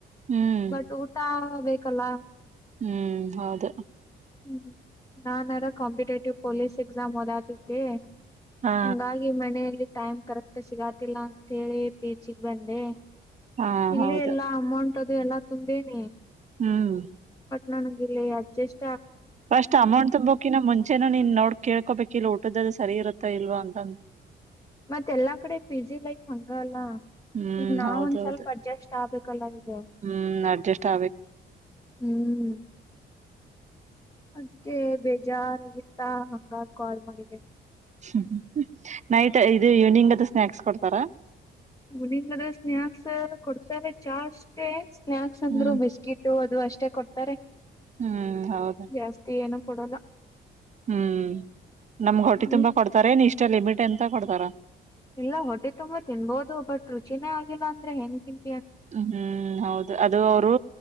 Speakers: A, on the right; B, on the left.
A: ಹ್ಮ್
B: ಬಟ್ ಊಟ ಬೇಕಲ್ಲ
A: ಹ್ಮ್ ಹೌದ
B: ಹ್ಮ್ ನಾನನ್ಾರ ಕಾಂಪಿಟೇಟಿವ್ ಪೊಲೀಸ್ ಎಕ್ಸಾಮ್ ಓದತಿದ್ದೆ
A: ಹಾ
B: ಹಂಗಾಗಿ ಮನೆಯಲ್ಲಿ ಟೈಮ್ ಕರೆಕ್ಟ್ ಸಿಗಾತಿಲ್ಲ ಅಂತ ಹೇಳಿ ಪೇಜಗ್ ಬಂದೆ
A: ಹಾ
B: ಇಲ್ಲಿ
A: ಹೌದು
B: ಎಲ್ಲಾ ಅಮೌಂಟ್ ಅದು ಎಲ್ಲಾ ತುಂಬೇನಿ
A: ಹ್ಮ್
B: ನನಲ್ಲಿ ಅಜಸ್
A: ಫಸ್ಟ್ ಅಮೌಂಟ್ ತುಂಬೋಕಿನ ಮುಂಚೆನ ನೀನ್ ನೋಡ್ ಕೇಕೋಬೇಕ ಇ ಊದ ಸರಿ ಇರುತ್ತ ಇಲ್ವಾ ಅಂತ
B: ಮತ್ತ ಎಲ್ಲಾ ಕಡೆ ಪಿ ಜಿ ಲೈಫ್ ಹಂಗಲ್ಲ
A: ಹ್ಮ್
B: ಈಗ ನಾವ
A: ಹೌದೌದು
B: ಒಂದ್ ಸ್ವಲ್ಪ ಅಡ್ಜಸ್ಟ್ ಆಗ್ಬೇಕಲ್ಲ ಈಗ
A: ಹ್ಮ ಅಡ್ಜಸ್ ಆ
B: ಹ್ಮ್ ಅದ್ಕ ಬೇಜಾರ್ಗತ್ತಾ ಹಂಗ ಕಾಲ್ ಮಾಡಿದೆ
A: ಹ್ಮ ನೈಟ್ ಇದು ಈವ್ನಿಂಗ್ ಅದು ಸ್ನಾಯಕ್ಸ್ ಕೊಡ್ತಾರ
B: ಇನಿಂಗ್ ಅದು ಸ್ನಾಯಕ್ಸ್ ಕೊಡ್ತಾರೆ ಚಾ ಅಷ್ಟೆ ಸ್ನಾಯಾಕ್ಸ್ ಅಂದ್ರು
A: ಹ್ಮ್
B: ಬಿಸ್ಕಿಟ್ ಅದು ಅಷ್ಟೇ ಕೊಡ್ತಾರೆ
A: ಹ್ಮ್ ಹೌದ
B: ಜಾಸ್ತಿ ಏನು ಕೊಡಲ್ಲ
A: ಹ್ಮ್ ನಮ್ಗ ಹೊಟ್ಟಿ ತುಂಬಾ
B: ನೀ
A: ಕೊಡ್ತಾರೇನ್ ಇಷ್ಟ ಲಿಮಿಟ್ ಎಂತ ಕೊಡ್ತಾರ
B: ಇಲ್ಲ ಹೊಟ್ಟಿ ತುಂಬಾ ತಿನ್ಬೋದು ಬಟ್ ರುಚಿನೇ ಆಗಿಲ್ಲ ಅಂದ್ರ ಹೆಂಗ್ ತಿನ್
A: ಹ್ಮ್ ಹೌದು ಅದು ಅವರು